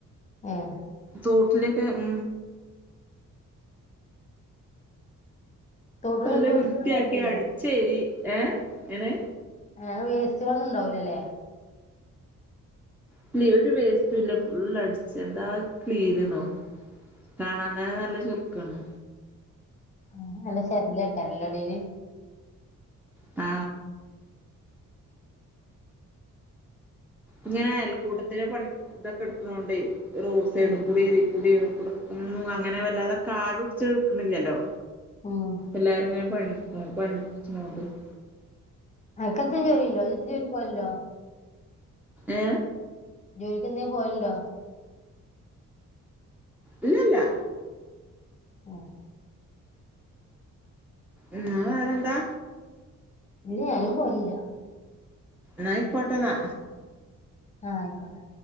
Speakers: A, on the left; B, in the centre.
A: ഉം
B: തോട്ടിലൊക്കെ ഉം
A: തോട്ട്ന്നത്ത്
B: തല
A: ഒലിച്ചൊന്നും
B: വൃത്തിയാക്കി,
A: വരലില്ലേ
B: അടിച്ചേരി. ഏഹ എങ്ങനെ?
A: ആ വേസ്റ്റുകളൊ ഇണ്ടാവലല്ലേ?
B: ഇല്ല ഒരു വേസ്റ്റ ഇല്ല ഫുള്ളടിച്ച് എന്താ ക്ലീൻന്നോ കാണാന്നെ നല്ല ചുറുക്കാണ്.
A: ആ അല്ല ശരില്ല കരില്ലടീല്
B: ആ ഇങ്ങനെ അയൽക്കൂട്ടത്തിന് പണി, ഇതൊക്കെ കിട്ടണുണ്ടെ റോഡ് സൈഡ്
A: ഉം
B: കൂടി ഇ കൂടി ഇതൊക്കെ കൊടുക്കുന്നു, അങ്ങനെ വല്ലാതെ കാടുപിടിച്ചു വക്കണില്ലല്ലോ
A: ഉം
B: എല്ലാരും ഇങ്ങനെ പണ് ആ പനോണ്ട് <unintelligible>
A: ആ കത്തഞ് ചോരി ഉണ്ടോ ചുത്ത ജോ പോയല്ലോ
B: ഏ
A: ക്ക്ന്നേ പോവുണ്ടോ
B: ഇല്ലല്ല
A: ആ
B: ഉം വേറെ എന്താ
A: ഇന്ന ഞാനും പോലില്ല
B: നായി പോട്ടതാ
A: ആഹ ആയിക്കോടാ